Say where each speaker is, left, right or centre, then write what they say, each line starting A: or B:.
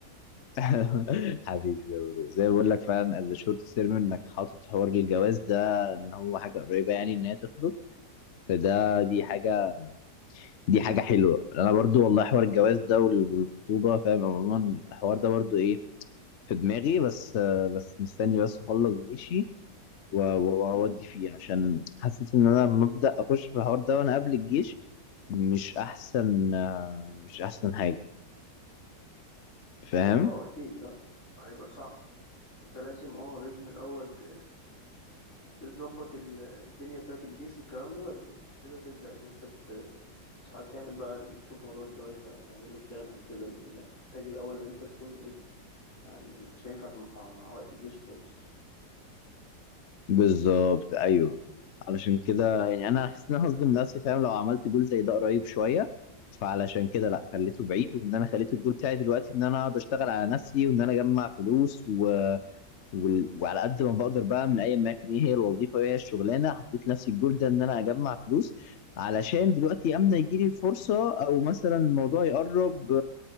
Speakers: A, on the left; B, on the left.
A: <laughs> حبيبي يا برو زي ما بقول لك فعلا از شورت تيرم انك حاطط حوار الجواز ده ان هو حاجه قريبه يعني ان هي تخلص فده دي
B: صاحبي
A: حاجه دي حاجه حلوه انا برضو والله حوار الجواز ده وال- والخطوبه فاهم عموما الحوار ده برضو ايه في دماغي بس آه، بس مستني بس اخلص جيشي و- و-
B: مم.
A: واودي فيه عشان حاسس ان انا لما ابدا اخش في الحوار ده وانا قبل الجيش مش احسن آه، مش احسن حاجه فاهم
B: اه اكيد لا هيبقى صعب انت لازم اه لازم الاول ت- تظبط ال- الدنيا بتاعت الجيش والكلام ده بعد كده تبدا ان انت ت- تعمل بقى تشوف موضوع الجواز ده او تعمل له بلان او كده لان هتحتاج الاول ان انت تكون ايه يعني مش هينفع مع, مع وقت الجيش خالص
A: بالظبط ايوه علشان كده يعني انا حاسس ان انا هصدم نفسي فاهم لو عملت جول زي ده قريب شويه فعلشان كده لا خليته بعيد وان انا خليت الجول بتاعي دلوقتي ان انا اقعد اشتغل على نفسي وان انا اجمع فلوس و وال... وعلى قد ما بقدر بقى من ايا ما يكون ايه هي الوظيفه وايه هي الشغلانه حطيت لنفسي الجول ده ان انا اجمع فلوس علشان دلوقتي امتى يجي لي الفرصه او مثلا الموضوع يقرب